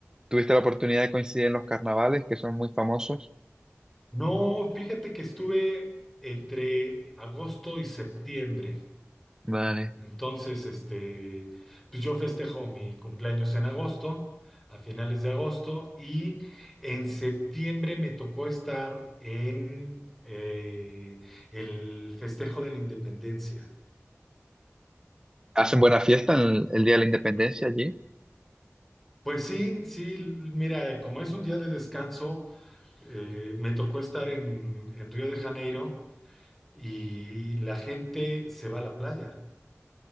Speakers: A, on the right; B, in the centre.
A: tuviste la oportunidad de coincidir en los carnavales, que son muy famosos.
B: No, fíjate que estuve entre agosto y septiembre.
A: Vale.
B: Entonces, este, pues yo festejo mi cumpleaños en agosto, a finales de agosto, y en septiembre me tocó estar en eh, el festejo de la independencia.
A: ¿Hacen buena fiesta en el, el Día de la Independencia allí?
B: Pues sí, sí, mira, eh, como es un día de descanso, eh, me tocó estar en, en Río de Janeiro y la gente se va a la playa.